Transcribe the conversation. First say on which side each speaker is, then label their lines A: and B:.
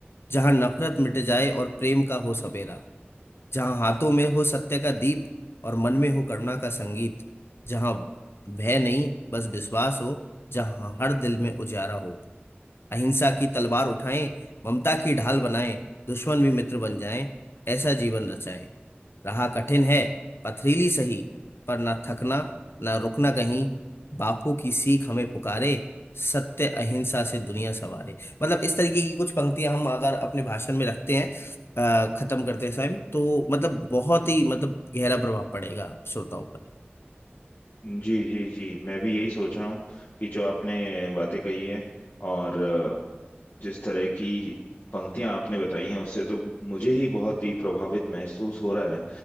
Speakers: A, on the left (about 70°); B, on the left (about 50°).
A: जहां नफरत मिट जाए और प्रेम का हो सवेरा जहां हाथों में हो सत्य का दीप और मन में हो करुणा का संगीत जहां भय नहीं बस विश्वास हो जहां हर दिल में उजाला हो अहिंसा की तलवार उठाएं ममता की ढाल बनाएं दुश्मन भी मित्र बन जाएं ऐसा जीवन रचाएं राह कठिन है पथरीली सही पर ना थकना ना रुकना कहीं बापू की सीख हमें पुकारे सत्य अहिंसा से दुनिया संवारे मतलब इस तरीके की कुछ पंक्तियां हम अगर अपने भाषण में रखते हैं अ, खत्म करते समय तो मतलब बहुत ही मतलब गहरा प्रभाव पड़ेगा श्रोताओं पर
B: जी जी जी मैं भी यही सोच रहा हूँ कि जो आपने बातें कही हैं और जिस तरह की पंक्तियां आपने बताई हैं उससे तो मुझे ही बहुत ही प्रभावित महसूस हो रहा है